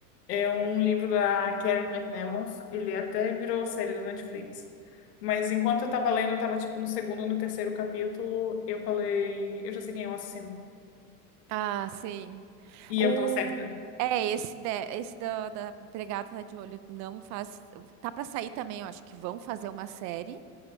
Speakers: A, on the left (about 80°); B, on the right (about 40°).
A: É um livro da Karen McNamara. Ele até virou série do Netflix. Mas enquanto eu tava lendo, eu tava tipo no segundo ou no terceiro capítulo, eu falei, eu já sei quem é o assassino.
B: Ah, sim.
A: E
B: O...
A: eu tava certa.
B: É, esse, de... esse da, da empregada tá de olho não faz. Tá pra sair também, eu acho que vão fazer uma série.